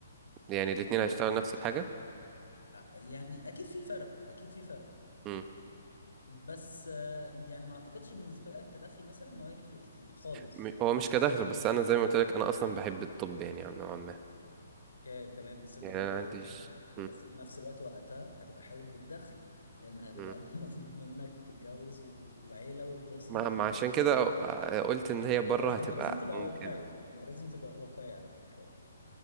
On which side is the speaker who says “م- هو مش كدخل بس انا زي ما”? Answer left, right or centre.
Right